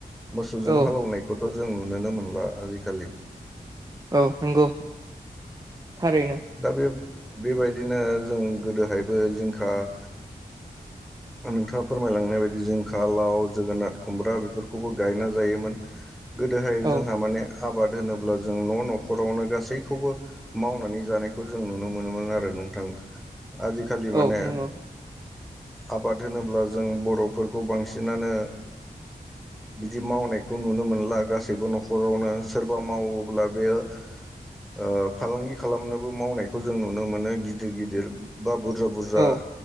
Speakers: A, in the centre; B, on the right.
A: मोसौजों
B: औ
A: हालौनायखौथ' जों नुुनोनो मोनला आजिखालि।
B: औ नंगौ थारैनो
A: दा बे बेबायदिनो जों गोदोहायबो जिंखा - नोंथाङा फोरमायलांनाय बायदि जिंखा, लाव जोगोनार, खुमब्रा बेफोरखौबो गायना जायोमोन। गोदोहाय
B: औ
A: जोंहा माने आबाद होनोब्ला जों न' न'खरावनो गासैखौबो मावनानै जानायखौ जों नुनो मोनोमोन आरो नोंथांश आजिखालि माने
B: औ नंगौ
A: आबाद होनोब्ला जों बर'फोरखौ बांसिनानो बिदि मावनायखौ नुनो मोनला गासैबो न'खरावनो सोरबा मावोब्ला बेयो ओ फालांगि खालामनोबो मावनायखौ जों नुनो मोनो गिदिर- गिदिर बा बुरजा- बुरजा
B: औ